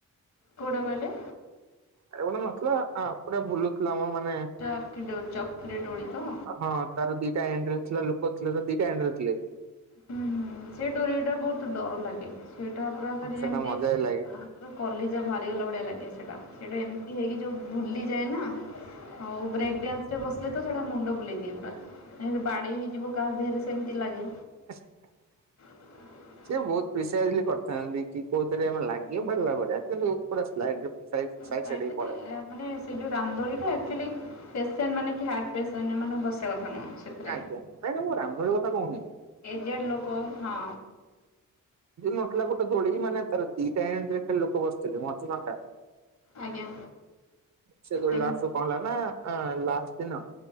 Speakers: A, on the left; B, on the right.
A: କୋଉଟା କହିଲେ?
B: ଆରେ ଗୋଟେ ନଥିଲା ଆଁ ପୁରା ବୁଲୁଥିଲା ମ ମାନେ
A: ଚାର୍ କିିଡୋ ଚକ୍ରି ଦୋଳି ତ?
B: ହଁ ତାର ଦିଟା ଏଣ୍ଡ୍ରେ ଥିଲା ଲୋକଥିଲେ ତ ଦିଟା ଏଣ୍ଡ୍ରେ ଥିଲେ।
A: ହୁଁ ହୁଁ ସେଇ ଡୋରି ଟା ବହୁତ ଡର ଲାଗେ ସେଇଟା ପୁରା ଯେମତି
B: ସେଟା ମଜା ବି ଲାଗେ।
A: ଆଁ କଲିଜା ବାହାରିଗଲା ଭଳିଆ ଲାଗେ ସେଇଟା ସେଇଟା ଏମିତି ହେଇକି ଯଉ ବୁଲିଯାଏ ନା। ଆଉ ବ୍ରେକ ଡ୍ୟାନ୍ସ ରେ ବସ ତ ସେଟା ମୁଣ୍ଡ ବୁଲେଇ ଦିଏ ପୁରା ବାଡେଇ ହେଇଯିବ କା ଦେହରେ ସେମିତି ଲାଗେ।
B: ଆ <unintelligible>
A: ହୁଁ <unintelligible>
B: ସେ ବହୁତ ପ୍ରିସ କରିଥାନ୍ତି କି କୋଉଥିରେ ଆମେ ଲାଗିବ ବଢିଲା ଭଳିଆ କିନ୍ତୁ ପୁରା ସ୍ଲାଇଟି ସାଇ ସାଇଟି
A: ସ୍ଲାଇଡରେ
B: ସାଇଟି ପଳେଇବ।
A: ଏ ମାନେ ସେ ଯଉ ରାମଦୋଳି ଟା ଆକ୍ଚୁଆଲି ପେସେଣ୍ଟ ମାନେ କି ହାର୍ଟ ପେସଣ୍ଟ ଏମାନେ ବସିବା କଥା ନୁହଁ। ସେଥିରେ।
B: ଆଜ୍ଞା ନାଇଁ ନାଇ ମୁଁ ରାମଦୋଳିକଥା କହୁନିଁ।
A: ଏଜେଡ଼ ଲୋକ ହଁ।
B: ନଥିଲା ଗୋଟେ ଦୋଳି ମାନେ ତାର ଦିଟା ଏଣ୍ଡରେ ଖାଲି ଲୋକ ବସିଥିଲେ ମଝିଫାଙ୍କା।
A: ଆଜ୍ଞା।
B: ସେ ଦୋଳି
A: ଏମତି
B: ଲାଷ୍ଟକୁ କଣହେଲାନା ଲାଷ୍ଟ ଦିନ।